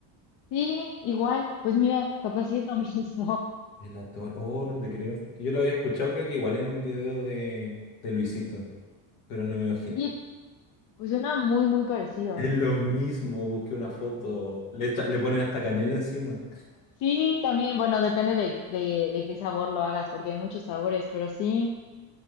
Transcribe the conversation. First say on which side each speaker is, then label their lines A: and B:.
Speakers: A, on the left; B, on the left.
A: sí, igual, pues mira, capaz sí es lo <laughs> mismo.
B: Helado- oh, no te creo. Yo lo había escuchado, creo que igual en un video de, de Luisito, pero no me imagino.
A: Sí, pues suena muy, muy parecido,
B: Es
A: ¿eh?
B: lo mismo, busqué una foto, le, echa- le ponen hasta canela encima.
A: Sí, también, bueno, depende de, de, de qué sabor lo hagas, porque hay muchos sabores, pero sí,